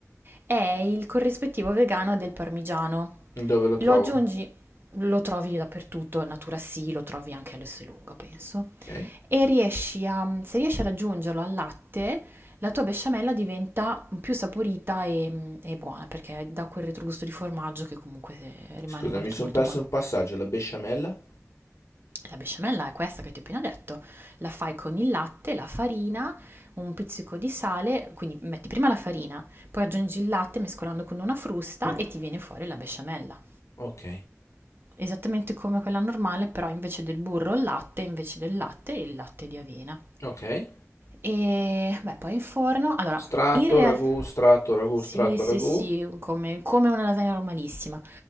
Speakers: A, on the right; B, on the left.
A: È il corrispettivo vegano del parmigiano.
B: Dove lo trovo?
A: Lo aggiungi, lo trovi dappertutto, Natura sì, lo trovi anche all'Esselunga, penso.
B: Ok.
A: E riesci a, se riesci ad aggiungerlo al latte, la tua besciamella diventa più saporita e, e buona perché dà quel retrogusto di formaggio che comunque rimane
B: Scusa,
A: molto
B: mi sono
A: molto
B: perso
A: buono.
B: un passaggio, la besciamella?
A: La besciamella è questa che ti ho appena detto, la fai con il latte, la farina, un pizzico di sale, quindi metti prima la farina, poi aggiungi il latte mescolando con una frusta e ti viene fuori la besciamella.
B: Ok.
A: esattamente come quella normale, però invece del burro il latte, invece del latte il latte di avena.
B: Ok.
A: E beh, poi in forno, allora,
B: Strato,
A: in realtà
B: ragù, strato, ragù,
A: sì,
B: strato,
A: sì,
B: ragù.
A: sì, come, come una lasagna normalissima.